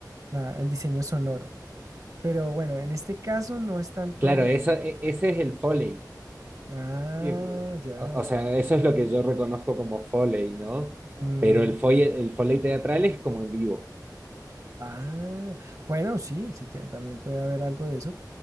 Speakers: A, on the right; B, on the right.
A: la- el diseño sonoro. Pero bueno, en este caso no es tanto,
B: Claro, eso, e- ese es el Foley.
A: ah,
B: Eh,
A: ya.
B: O o sea, eso es lo que yo reconozco como Foley, ¿no?
A: mm,
B: Pero el Foley, el Foley teatral es como en vivo.
A: Ah, bueno, sí, sí, te- también puede haber algo de eso,